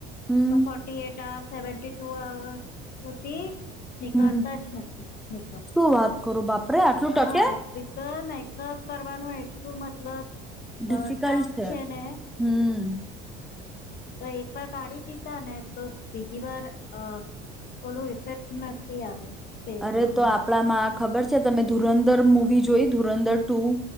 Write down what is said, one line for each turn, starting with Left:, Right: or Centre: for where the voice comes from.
Centre: હમ.
Left: તો Forty eight- seventy two hours સુતી ન
Centre: હમ
Left: કરતા જ નક્કી મેકઅપ
Centre: શું વાત કરો બાપરે આટલું
Left: હા
Centre: ટકે
Left: પ તો મેકઅપ કરવાનું એટલું મતલબ
Centre: ડિફિકલ્ટ
Left: અ ટફ
Centre: છે
Left: ને
Centre: હમ
Left: તો એક વાર કાઢી દીધા ને તો બીજી વાર અહ ઓલું ઇફેક્ટ નથી આવે ફેસમાં
Centre: અરે તો આપડા માં ખબર છે તમે ધુરંદર મુવી જોઈ ધુરંદર ટુ?